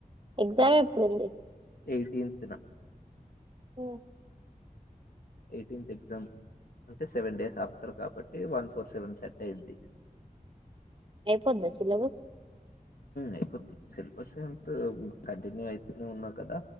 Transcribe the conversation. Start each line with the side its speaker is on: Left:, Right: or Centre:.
Right: ఎగ్జామ్ ఎప్పుడుంది
Left: ఎయిటీన్త్న
Right: హ
Left: ఎయిటీన్త్ ఎగ్జామ్ అంటే సెవెన్ డేస్ ఆఫ్టర్ కాబట్టి వన్ ఫోర్ సెవెన్ సెట్ అయింది
Right: ఏ పద్ద్దచ్చల బస్
Left: అయిపోద్ సిలబస్ ఎంతో కంటిన్యూ అయితనే ఉన్నావు కదా